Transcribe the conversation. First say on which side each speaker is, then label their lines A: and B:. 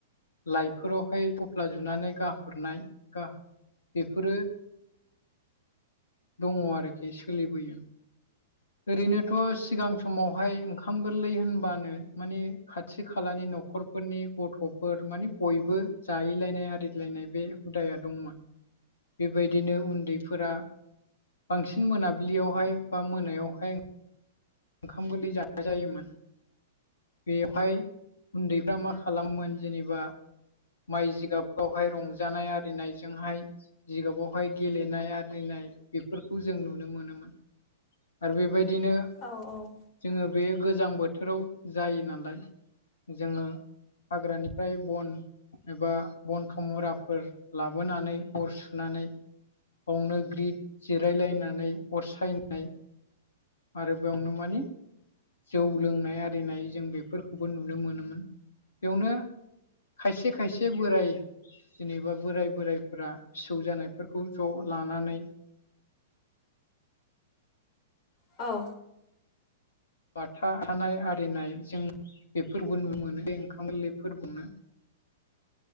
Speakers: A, on the left; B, on the left.
A: लाइफोरावहाय थफ्ला जुनानै गाहरनाय गाह बेफोरो दङ आरोखि सोलिबोयो ओरैनोथ' सिगां समावहाय ओंखाम गोरलै होनबानो मानिे खाथि खालानि न'खरफोरनि गथ'फोर मानि बयबो जाहैलायनाय आरिलायनाय बे हुदाया दंमोन। बेबायदिनो उन्दैफोरा बांसिन मोनाबिलियावहाय बा मोनायाव फाय ओंखाम गोरलै जानाय जायोमोन। बेवहाय उन्दैफ्रा मा खालामोन जेनेबा माइ जिगाबफ्रावहाय रंजानाय आरिनायजोंहाय जिगाबावहाय गेलेनाय आरिनाय बेफोरखौ जों नुनो मोनोमोन। आरो बेबायदिनो
B: औ औ
A: जोङो बे गोजां बोथोराव जायो नालाय जोङो हाग्रानिफ्राय बन एबा बन्थ मुराफोर लाबोनानै अर सुनानै बावनो ग्रिद जिरायलायनानै अर सायनाय आरो बेयावनो माने जौ लोंनाय आरिनाय जों बेफोरखौबो नुनो मोनोमोन बेयावनो खायसे खायसे बोराइ जेनेबा बोराय बोराइफोरा फिसौ जानायफोरखौ ज' लानानै
B: औ
A: बाथा हानाय आरिनाय जों बेफोरबो नुनो मोनो बे ओंखाम गोरलै फोरनो